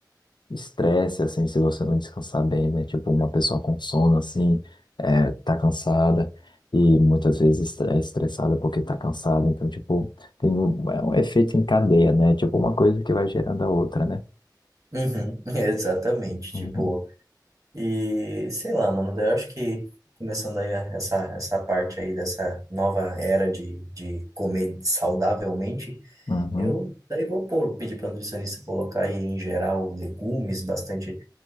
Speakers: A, on the left; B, on the right.
A: estresse, assim, se você não descansar bem, né? Tipo, uma pessoa com sono, assim, é, tá cansada. E muitas vezes é estressada porque tá cansada. Então, tipo, tem um, é um efeito em cadeia, né? Tipo, uma coisa que vai gerando a outra, né?
B: Uhum, <laughs> exatamente,
A: Uhum,
B: tipo E sei lá, mano, daí eu acho que começando aí a- essa, essa parte aí dessa nova era de, de comer saudavelmente,
A: uhum.
B: eu daí vou pôr, pedir para nutricionista colocar aí em geral legumes, bastante